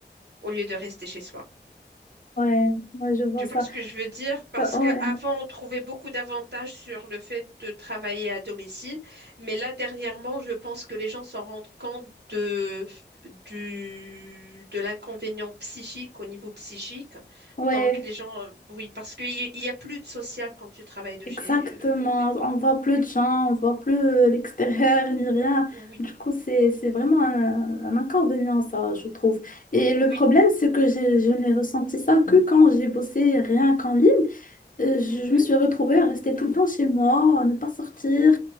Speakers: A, on the right (about 65°); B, on the left (about 45°).
A: au lieu de rester chez soi.
B: Ouais, ouais, je vois
A: Tu
B: ça.
A: vois ce que je veux dire? Parce
B: Bah,
A: qu'avant,
B: ouais,
A: on trouvait beaucoup d'avantages sur le fait de travailler à domicile, mais là, dernièrement, je pense que les gens s'en rendent compte de, du, de l'inconvénient psychique au niveau psychique.
B: ouais.
A: Donc, les gens, euh, oui, parce qu'il y, il y a plus de social quand tu travailles de
B: Exactement,
A: chez, euh, de chez toi.
B: on voit plus de gens, on voit plus euh, l'extérieur ni rien.
A: Oui,
B: Du coup, c'est c'est vraiment un, un inconvénient, ça, je trouve. Et
A: oui.
B: le problème, c'est que j'ai- je n'ai ressenti ça que quand j'ai bossé rien qu'en ligne. Euh, Je
A: Mhm,
B: je me suis retrouvée à rester tout le temps chez moi, à ne pas sortir.